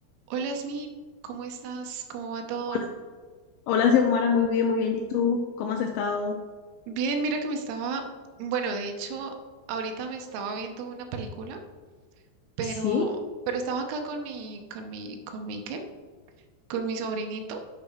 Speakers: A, on the right; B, on the left.
A: Hola Smith, ¿cómo estás? ¿Cómo va todo?
B: Hola, hola, Xiomara, muy bien, muy bien. ¿Y tú? ¿Cómo has estado?
A: Bien, mira que me estaba, bueno, de hecho, ahorita me estaba viendo una película, pero,
B: Sí,
A: pero estaba acá con mi, con mi, con mi, ¿qué? Con mi sobrinito